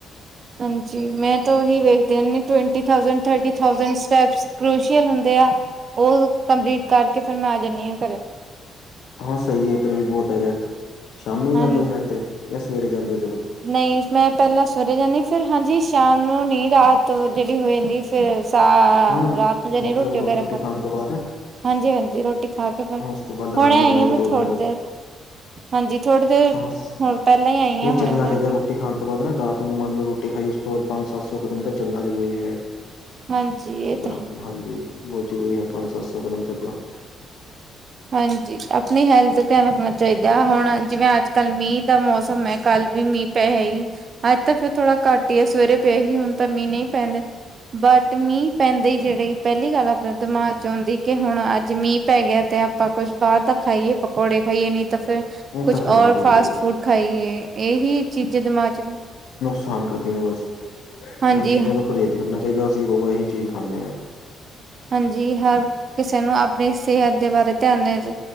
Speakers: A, on the right; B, on the left.
A: ਹਾਂਜੀ ਮੈਂ ਤਾਂ ਉਹੀ ਵੇਖਦੀ, ਰਹਿੰਦੀ ਟਵਟੀਥਡ ਥਰਟੀਥ ਸੇਟਪ। ਕ੍ਰੋਸ਼ੀਅਲ ਹੁੰਦੇ ਆ, ਉਹ ਕੰਪਲੀਟ ਕਰਕੇ ਫਿਰ ਮੈਂ ਆ ਜਾਂਦੀ ਹਾਂ ਘਰੇ।
B: ਹਾਂ ਸਹੀ ਹੈ ਇਸ ਤਰ੍ਹਾਂ ਵੀ ਬਹੁਤ ਹੈਗਾ, ਸ਼ਾਮ ਨੂੰ ਵੀ
A: ਹਾਂਜੀ
B: ਜਾਂਦੇ ਹੋ ਸੈਰ ਤੇ ਜਾਂ ਸਵੇਰੇ ਜਾਂਦੇ ਹੋ ਸਿਰਫ।
A: ਨਹੀਂ ਮੈਂ ਪਹਿਲਾਂ ਸਵੇਰੇ ਜਾਂਨੀ ਆਂ ਫਿਰ ਹਾਂਜੀ ਸ਼ਾਮ ਨੂੰ ਨੀ ਰਾਤ ਜੇੜੀ ਹੋਈ ਜਾਂਦੀ ਏ ਫਿਰ ਸ ਹ
B: ਹਾਂ
A: ਰਾਤ ਨੂੰ ਜਾਣੀ
B: ਮਤਲਬ
A: ਰੋਟੀ ਵਗੈਰਾ ਖਾ ਕੇ
B: ਖਾਣ ਤੋਂ ਬਾਅਦ
A: ਹਾਂਜੀ -ਹਾਂਜੀ ਰੋਟੀ ਖਾ ਕੇ।
B: ਹਾਂ ਉਸ ਤੋਂ ਬਾਅਦ ਲਗਾਉਂਦੇ
A: ਹੁਣੇ ਆਈ
B: ਹੋਣੇ
A: ਹਾਂ
B: ਇੱਕ
A: ਮੈਂ
B: ਦੋ ਰਾਊਂਡ
A: ਥੋੜੀ ਦੇਰ। ਹਾਂਜੀ ਥੋੜੀ ਦੇਰ
B: ਹਾਂ
A: ਹੁਣ ਪੈਲਾਂ ਹੀ ਆਈ
B: ਨਹੀਂ
A: ਹਾਂ, ਹੁਣੇ
B: ਚੱਲਣਾ
A: ਮੈਂ
B: ਚਾਹੀਦਾ
A: ਫਿਰ।
B: ਰੋਟੀ ਖਾਣ ਤੋਂ ਬਾਅਦ ਨਾ ਰਾਤ ਨੂੰ ਵੀ ਮੰਨ ਲ ਰੋਟੀ ਖਾਈ, ਉਸ ਤੋਂ ਬਾਅਦ ਪੰਜ -ਸੱਤ ਸੌ ਕਦਮ ਤਾਂ ਚੱਲਣਾ ਜ਼ਰੂਰੀ ਹੈਗਾ।
A: ਹਾਂਜੀ ਇਹ
B: ਬੜਾ
A: ਤਾਂ ਹੈ
B: ਹਾਂਜੀ ਬੋਤ ਜ਼ਰੂਰੀ ਹੈ, ਪੰਜ -ਸੱਤ ਸੌ ਕਦਮ ਚੱਲਣਾ।
A: ਹਾਂਜੀ, ਆਪਣੀ ਹੈਲਥ। ਧਿਆਨ ਰੱਖਣਾ ਚਾਹੀਦਾ ਹੈ, ਹੁਣ ਜਿਵੇਂ ਅੱਜ ਕੱਲ੍ਹ ਮੀਂਹ ਦਾ ਮੌਸਮ ਹੈ, ਕੱਲ ਵੀ ਮੀਂਹ ਪੈਸ ਹੀ ਅੱਜ ਤਾਂ ਫੇਰ ਥੋੜ੍ਹਾ ਘੱਟ ਹੀ ਆ, ਸਵੇਰੇ ਪਏ ਹੀ ਹੁਣ ਤਾਂ ਮੀਂਹ ਨਹੀਂ ਪੈਂਦੇ। ਬਟ ਮੀਂਹ ਪੈਂਦੇ ਜਿਹੜੇ ਪੈਲੀ ਗੱਲ, ਆਪਣਾ ਦਿਮਾਗ ਚ ਔਂਦੀ ਕਿ ਹੁਣ ਅੱਜ ਮੀਂਹ ਪੈ ਗਿਆ ਤੇ। ਆਪਾਂ ਕੁੱਛ ਬਾਹਰ ਤ ਖਾਈਏ ਪਕੌੜੇ ਖਾਈਏ ਨਹੀਂ ਤਾਂ ਫੇਰ।
B: ਉਹ
A: ਕੁਛ
B: ਤਾਂ ਹੈ
A: ਔਰ
B: ਹੀ ਹੈ ਬਿਲਕੁਲ
A: ਫਾਸਟ ਫੂਡ ਖਾਈਏ, ਇਹਹੀ ਚੀਜ਼ਾਂ ਦਿਮਾਗ ਚ।
B: ਆਸਾਨ ਕਰਦੀ ਹ ਬਸ
A: ਹਾਂਜੀ
B: ਇਹੀ ਚੀਜ਼ਾਂ ਤੋਂ ਪਰਹੇਜ਼ ਕਰਨਾ ਚਾਹੀਦਾ, ਅਸੀਂ ਲੋਕ ਇਹੀ ਚੀਜ਼ ਖਾਂਦੇ ਹਾਂ।
A: ਹਾਂਜੀ, ਹਰ ਕਿਸੇ ਨੂੰ ਆਪਣੀ ਸਿਹਤ ਦੇ ਬਾਰੇ ਧਿਆਨ ਦੇ।